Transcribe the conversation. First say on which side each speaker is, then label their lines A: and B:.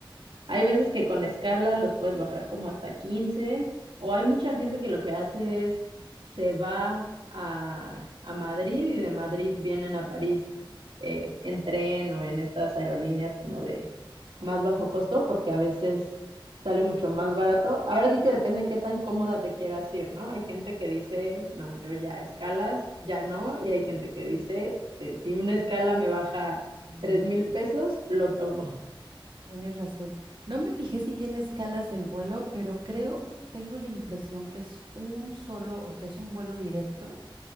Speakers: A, on the right; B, on the right.
A: Hay veces que con escala los puedes bajar como hasta 15, o hay mucha gente que lo que hace es se va a a Madrid y de Madrid vienen a París, eh, en tren o en estas aerolíneas como de más bajo costo, porque a veces sale mucho más barato. Ahora sí que depende qué tan cómoda te quieras ir, ¿no? Hay gente que dice, no, yo ya escalas, ya no, y hay gente que dice, eh, si una escala me baja
B: Mm,
A: tres mil pesos, lo tomo.
B: tienes razón. No me fijé si tiene escalas el vuelo, pero creo, tengo la impresión que es un solo, o sea, es un vuelo directo